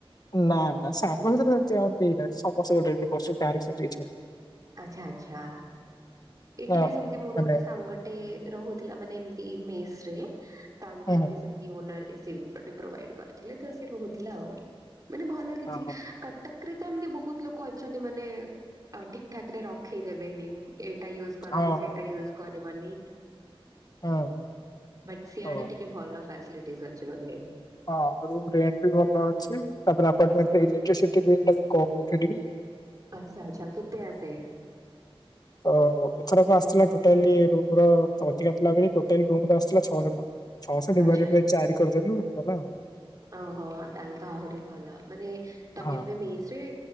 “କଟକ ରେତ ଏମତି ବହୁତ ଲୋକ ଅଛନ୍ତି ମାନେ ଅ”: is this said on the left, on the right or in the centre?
Right